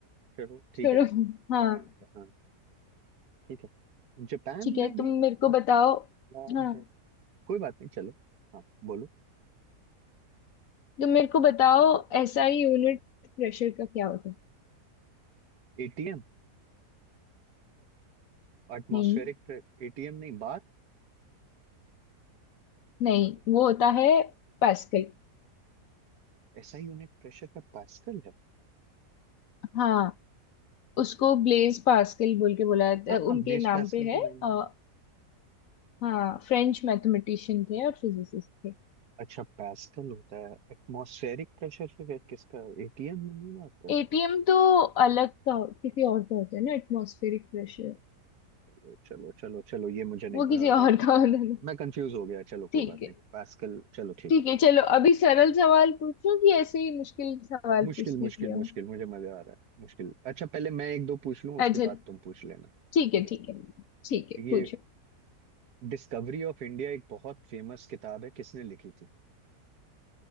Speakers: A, on the right; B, on the left.
A: चलो ठीक
B: नहीं,
A: है
B: छोड़ो हाँ
A: कनाडा हाँ ठीक है जापान
B: ठीक
A: में
B: है तुम
A: भी सबसे
B: मेरे को बताओ
A: लाभ
B: हाँ
A: है कोई बात नहीं चलो हाँ बोलो
B: तुम मेरे को बताओ एसआई यूनिट प्रेशर का क्या होता है
A: एटीएम एटमॉस्फेरिक
B: नहीं
A: एटीएम नहीं बार
B: नहीं वो होता है पास्कल
A: एसआई यूनिट प्रेशर का पास्कल है
B: हाँ उसको ब्लेज पास्कल बोल के बुलाया जाता
A: हाँ
B: है।
A: हाँ
B: उनके
A: ब्लेस
B: नाम
A: पास्कल
B: पे
A: तो
B: है
A: आए नहीं
B: अ, हाँ फ्रेंच मैथमेटिशियन थे और फिजिसिस्ट थे
A: अच्छा पास्कल होता है एटमॉस्फेरिक प्रेशर फिर किसका एटीएम में नहीं बात करता
B: एटीएम तो अलग का किसी और का होता है ना एटमॉस्फेरिक प्रेशर
A: चलो चलो चलो चलो ये मुझे नहीं
B: वो
A: पता
B: किसी और
A: था
B: का होता है
A: मैं कंफ्यूज हो गया चलो कोई
B: ठीक
A: बात
B: है
A: नहीं पास्कल चलो ठीक
B: ठीक
A: है
B: है चलो अभी सरल सवाल पूछूं कि ऐसे ही मुश्किल सवाल
A: मुश्किल
B: पूछती
A: मुश्किल
B: है
A: मुश्किल मुझे मजा आ रहा है मुश्किल अच्छा पहले मैं एक दो पूछ लूं
B: अच्छा
A: उसके बाद तुम पूछ लेना
B: ठीक
A: ठीक
B: है
A: है
B: ठीक है ठीक है
A: ये
B: पूछो
A: डिस्कवरी ऑफ इंडिया एक बहुत फेमस किताब है किसने लिखी थी